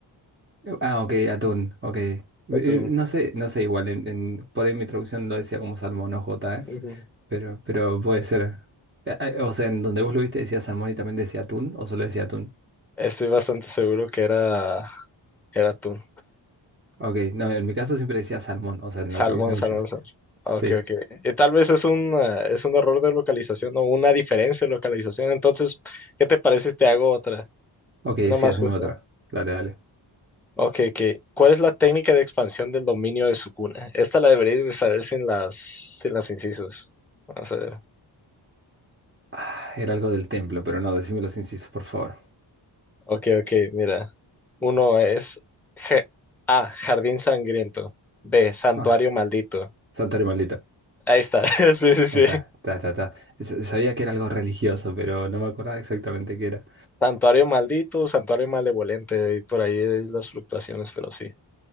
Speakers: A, on the right; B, in the centre.
A: Ah, ok, atún, ok. Eh, eh,
B: Atún.
A: No sé, no sé, igual en, en- por ahí mi traducción lo decía como salmón o jota, ¿eh?
B: Ujú.
A: Pero, pero puede ser. Eh, eh, O sea, en donde vos lo viste decía salmón y también decía atún, o solo decía atún.
B: Estoy bastante seguro que era, era atún.
A: Ok, no, en mi caso siempre decía salmón, o sea, en
B: Salmón,
A: la traducción
B: salmón,
A: que yo hice.
B: salmón. Ok,
A: Sí.
B: ok. Eh, tal vez es un, eh, es un error de localización o una diferencia de localización. Entonces, ¿qué te parece si te hago otra?
A: Ok,
B: Una
A: sí,
B: más
A: haceme
B: justa.
A: otra. Dale, dale.
B: Ok, ok. ¿Cuál es la técnica de expansión del dominio de su cuna? Esta la deberías de saber sin las, sin las incisos. Vamos a ver.
A: Ah, era algo del templo, pero no, decime los incisos, por favor.
B: Ok, ok, mira. Uno es G- A, jardín sangriento. B, santuario
A: Ah,
B: maldito.
A: santuario maldito.
B: Ahí está. <laughs> Sí, sí, sí.
A: Ahí está, está, está, está. S- Sabía que era algo religioso, pero no me acordaba exactamente qué era.
B: Santuario maldito, santuario malevolente, y por ahí es las fluctuaciones, pero sí.